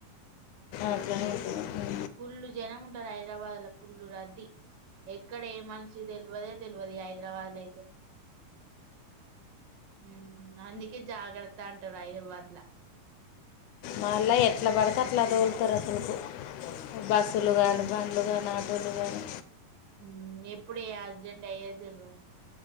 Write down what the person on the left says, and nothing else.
<unintelligible>
మళ్ళా ఎట్లా పడితే అట్లా తోలుతారు అసలుకు బస్సులు
కానీ బండ్లు కానీ ఆటోలు కానీ